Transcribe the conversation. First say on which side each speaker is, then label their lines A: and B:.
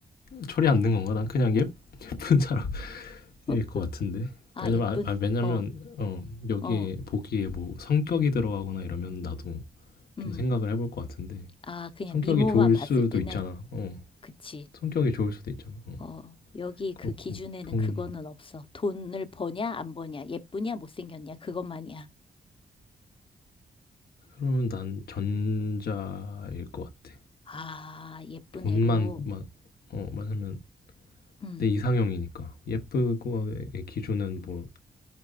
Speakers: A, on the left (about 80°); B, on the left (about 35°).
A: 철이 안 든 건가? 난 그냥 예, 예쁜 사람 일
B: 응?
A: 것 같은데.
B: 아,
A: 왜냐면
B: 예쁜,
A: 아, 아, 왜냐면
B: 어,
A: 어, 여기에
B: 어,
A: 보기에 뭐 성격이 들어가거나 이러면 나도
B: 음.
A: 좀 생각을 해볼 것 같은데
B: 아, 그냥
A: 성격이
B: 미모만
A: 좋을
B: 봤을
A: 수도
B: 때는,
A: 있잖아. 어.
B: 그치.
A: 성격이 좋을 수도 있잖아. 어.
B: 어, 여기 그
A: 그렇고
B: 기준에는
A: 돈
B: 그거는 없어. 돈을 버냐, 안 버냐, 예쁘냐, 못생겼냐, 그것만이야.
A: 그러면 난 전자일 것 같아.
B: 아, 예쁜
A: 돈만
B: 애로.
A: 만 어, 만하면
B: 음,
A: 내 이상형이니까 예쁘고의 기준은 뭐